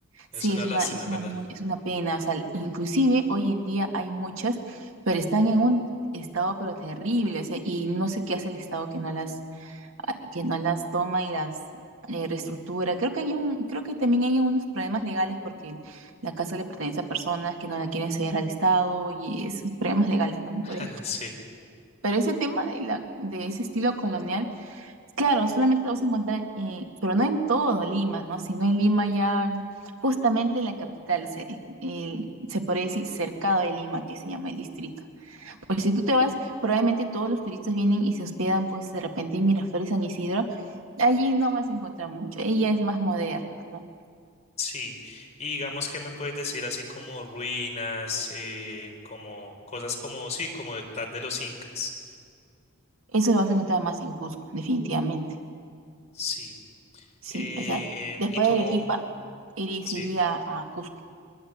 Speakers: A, on the left (about 35°); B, on the right (about 75°).
A: es
B: sí,
A: una
B: es una,
A: lástima
B: es
A: en
B: una,
A: verdad.
B: muy- es una pena, o sea, inclusive hoy en día hay muchas, pero están en un estado pero terrible, o sea, y no sé qué hace el Estado que no las, ah, que no las toma y las eh, reestructura. Creo que hay un, creo que también hay unos problemas legales porque la casa le pertenece a personas que no la quieren ceder al Estado y esos problemas legales, ¿no?
A: <laughs>
B: Por ahí.
A: Sí,
B: Pero ese tema de, la, de ese estilo colonial, claro, solamente lo vas a encontrar, eh, pero no en todo Lima, ¿no? Sino en Lima ya, justamente en la capital, o sea, eh, el- se podría decir cercado de Lima, que se llama el distrito. Porque si tú te vas, probablemente todos los turistas vienen y se hospedan, pues de repente en Miraflores, San Isidro, allí no vas a encontrar mucho, ella es más moderna, ¿no?
A: sí. Y digamos que me puedes decir así como ruinas, eh, como cosas como, sí, como de tal de los incas.
B: Eso lo vas a encontrar más en Cusco, definitivamente,
A: Sí.
B: sí.
A: Eh,
B: O sea, después
A: y como,
B: de Arequipa, iría-
A: sí.
B: se iría a Cusco.